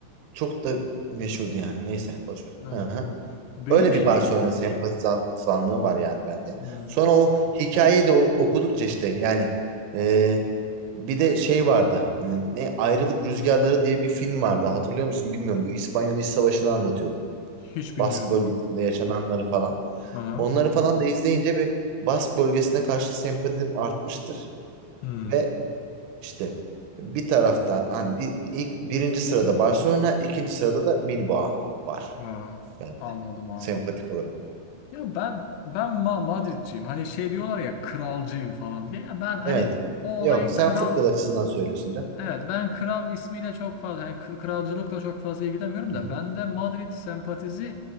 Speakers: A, on the right (about 85°); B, on the left (about 90°).
A: çok da meşhurdu yani. Neyse boş ver.
B: ha,
A: Hı hı.
B: benim
A: Öyle bir
B: şey
A: Barcelona sempatizanlığı var yani bende.
B: hmm,
A: Sonra o hikayeyi de o- okudukça işte yani e, bir de şey vardı. E, ne Ayrılık Rüzgarları diye bir film vardı. Hatırlıyor musun bilmiyorum. Bu İspanyol İç Savaşı'nı anlatıyordu.
B: hiç bilmiyorum
A: Bask bölgesinde
B: abi.
A: yaşananları falan.
B: Aha.
A: Onları falan da izleyince bir Bask bölgesine karşı sempatim artmıştır
B: Hmm.
A: ve işte bir tarafta hani bir ilk birinci sırada Barcelona, ikinci sırada da Bilbao var
B: Ya
A: ben
B: anladım abi.
A: sempatik olarak.
B: Ya ben ben Ma Madridciyim. Hani şey diyorlar ya kralcıyım falan diye. Ya ben hani
A: Evet.
B: o
A: Yok,
B: olayın
A: sen
B: kral
A: futbol açısından söylüyorsun canım.
B: Evet ben kral ismiyle çok fazla yani kr- kralcılıkla çok fazla ilgilenmiyorum
A: Hı
B: da
A: hı.
B: bende Madrid sempatizi